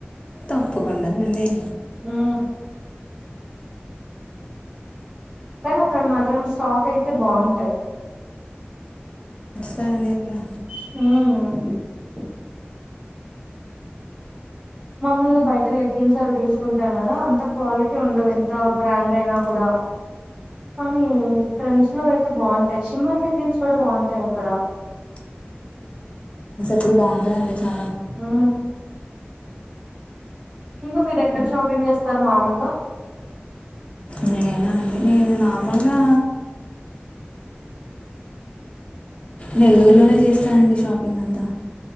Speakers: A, on the left; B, on the right.
A: తప్పకుండా రండి
B: మ్ కానీ అక్కడ మాత్రమ్ స్టాక్ అయితే బాగుంటాయి
A: తదండి అట్లా
B: ఉమ్ మాముల్గా బయట లెగ్గిన్స్ అవి తీసుకుంటాం కదా అంత క్వాలి ఉండవు ఎంత బ్రాండ్ అయినా కూడా కానీ ట్రెండ్స్ లో అయితే బాగుంటాయి షిమ్మర్స్ లెగ్గిన్స్ కూడా బాగుంటాయి అక్కడ
A: ఇప్పుడు బాగుంటదండి చా
B: ఆ ఇంకా మీరు ఎక్కడ షాపింగ్ చేస్తారు మామూలుగా
A: నేనా అండి నేను నార్మల్గా నెల్లూరులోనే స్తారండి షాపింగ్ అంతా